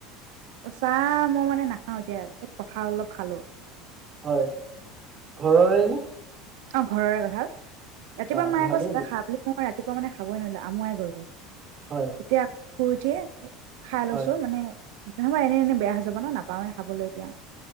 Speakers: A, on the right; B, on the right.
A: চাহ মই মানে নাখাওঁ এতিয়া, এ কঁঠাল অলপ খালোঁ।
B: হয়, ঘৰৰে নে?
A: অ, ঘৰৰে কঁঠাল। ৰাতিপুৱা
B: বা
A: মায়ে
B: ভালেই
A: কৈছে খা বুলি মই ৰাত- ৰাতিপুৱা মানে খাবই নোৱাৰিলো, আমুৱাই গৈ গ'ল।
B: হয়
A: এতিয়া শুই উঠিয়ে- খাই
B: হয়
A: লৈছোঁ, মানে- নহ'লে এনে এনে বেয়া হৈ যাব ন, নাপাওঁৱেই খাবলৈ এতিয়া।